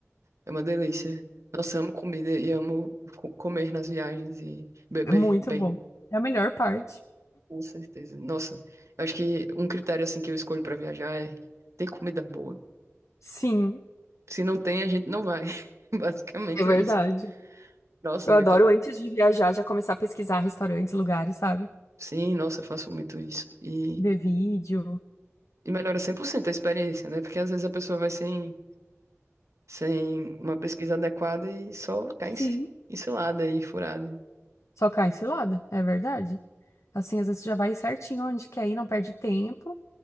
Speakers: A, on the right; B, on the left.
A: é uma delícia. Nossa, amo comida e amo co- comer nas viagens e beber
B: É muito
A: bem.
B: bom. É a melhor parte.
A: Com certeza. Nossa, eu acho que um critério assim que eu escolho para viajar é tem comida boa.
B: Sim,
A: Se não tem, a gente não vai. <laughs> Basicamente
B: é verdade.
A: é isso. Nossa,
B: Eu
A: vai
B: adoro,
A: pra...
B: antes de viajar, já começar a pesquisar restaurantes, lugares, sabe?
A: Sim, nossa, eu faço muito isso. E,
B: Ver vídeo.
A: e melhora 100% a experiência, né? Porque às vezes a pessoa vai sem, sem uma pesquisa adequada e só cai enci-
B: Sim.
A: encilada e furada.
B: Só cai cilada, é verdade. Assim, às vezes já vai certinho onde quer ir, não perde tempo.